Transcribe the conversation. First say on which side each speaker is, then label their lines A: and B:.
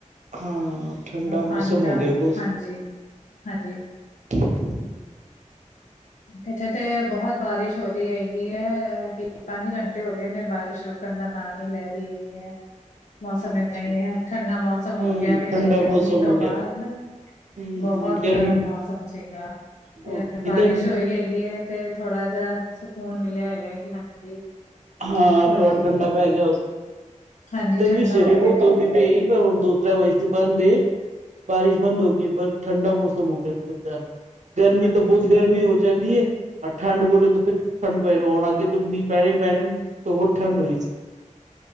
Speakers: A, on the right; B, on the left.
A: ਹਾਂ ਠੰਡਾ
B: ਪਾਣੀ
A: ਮੌਸਮ
B: ਕ <unintelligible>
A: ਹੋ ਗਿਆ ਬਸ
B: ਹਾਂਜੀ-ਹਾਂਜੀ
A: <unintelligible>
B: ਇੱਥੇ ਤੇ ਬੋਤ ਬਾਰਿਸ਼ ਹੋ ਰੀ ਹੈਗੀ ਐ ਕਿ ਪੰਜ ਘੰਟੇ ਹੋ ਨੇ <unintelligible> ਬਾਰਿਸ਼ ਰੁਕਣ ਦਾ ਨਾਂ ਨੀ ਲੈ ਰੀ ਹੈਗੀ ਐ ਮੌਸਮ
A: ਅੱਛਾ
B: ਏਦਾਂ ਈ ਐ। ਠੰਡਾ ਮੌਸਮ ਹੋ
A: ਹਮ
B: ਗਯਾ ਵੇ, ਇੰਨੀ
A: ਠੰਡਾ
B: ਗਰਮੀ
A: ਮੌਸਮ
B: ਤੋਂ
A: ਹੋ ਗਿਆ
B: ਬਾਅਦ
A: ਹਮ ਹਮ
B: ਬੋਹੋਤ
A: ਗਰਮੀ
B: ਗਰਮ ਮੌਸਮ ਸੀਗਾ,
A: ਬਹੁਤ
B: ਫੇ ਬਾਰਿਸ਼
A: ਇੱਧਰ ਵੀ
B: ਹੋਈ। ਹੈਗੀ ਹੈ <unintelligible> ਤੇ ਥੋੜਾ ਜਾ ਸਕੂਨ ਮਿਲਿਆ ਹੈਗਾ ਹੈ ਕਿ ਹਾਂਜੀ
A: ਹਾਂ
B: ਥੋੜੀ
A: ਥੋੜਾ
B: ਜੀ
A: ਠੰਡਾ ਪੈ ਗਿਆ ਉਸ,
B: ਹਾਂਜੀ
A: ਇੱਧਰ
B: ਠੰਡਾ
A: ਵੀ ਸਵੇਰੇ
B: ਹੋ ਗਿਆ
A: ਬੋਤ
B: ਹੈਗਾ
A: ਧੂੰਦ ਪਈ ਤੇ ਹੁਣ ਦੋ ਵੈਸੀ ਬੰਦੇ ਏ, ਬਾਰਿਸ਼ ਬੰਦ ਹੋਗੀ ਐ, ਪਰ ਠੰਡਾ ਮੌਸਮ ਹੋ ਗਿਆ ਬੋਤ ਜਾਦਾ ਗਰਮੀ
B: ਹਾਂਜੀ
A: ਤੇ ਬੋਤ ਗਰਮੀ ਹੋ ਜਾਂਦੀ ਏ ਆ ਠੰਢ ਬੋਲੇ ਤਾਂ ਫਿਰ ਠੰਡ ਪੈ <unintelligible> ਹੋਣ ਅੱਗੇ ਤੋਂ ਮੀਂਹ ਪੈਣੇ ਈ ਪੈਣੇ ਨ ਤੇ ਹੋਰ ਠੰਡ ਹੋਈ ਸੀ।